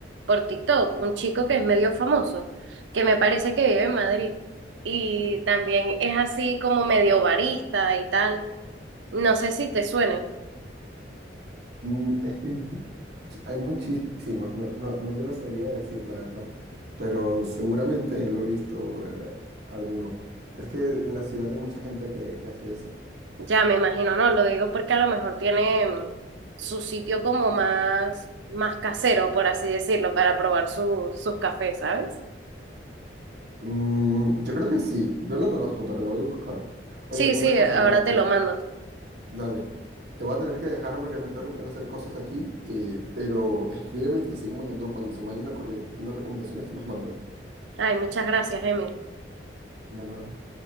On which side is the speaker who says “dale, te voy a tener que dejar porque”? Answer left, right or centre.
Right